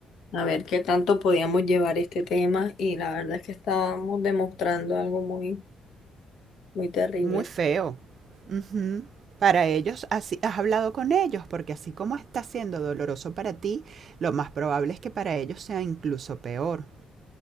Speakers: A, on the left (about 75°); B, on the right (about 50°).
A: a ver qué tanto podíamos llevar este tema y la verdad es que estábamos demostrando algo muy muy terrible.
B: Muy feo. Ujú. Para ellos, así, has hablado con ellos, porque así como está siendo doloroso para ti, lo más probable es que para ellos sea incluso peor.